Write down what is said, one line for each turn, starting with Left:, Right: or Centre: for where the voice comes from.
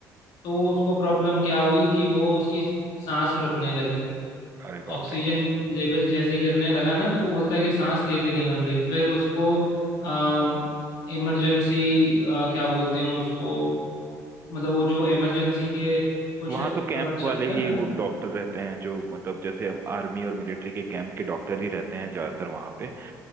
Left: तो उसको प्रॉब्लम क्या हुई कि वो उसकी सांस रुकने लगी
Right: अरे बाप
Left: ऑक्सीजन
Right: रे
Left: लेवल जैसे ही गिरने लगा ना तो वो बोलता है कि सांस लेते नहीं बन रही फिर उसको अम इमरजेंसी क्या बोलते हैं उसको मतलब वो जो इमरजेंसी के कुछ
Right: वहां
Left: अ,
Right: तो कैंप
Left: चलता
Right: वाले
Left: है
Right: ही
Left: ना
Right: वो डॉक्टर रहते हैं जो मतलब जैसे आर्मी और मिलिट्री के कैंप के डॉक्टर ही रहते हैं ज्यादातर वहां पे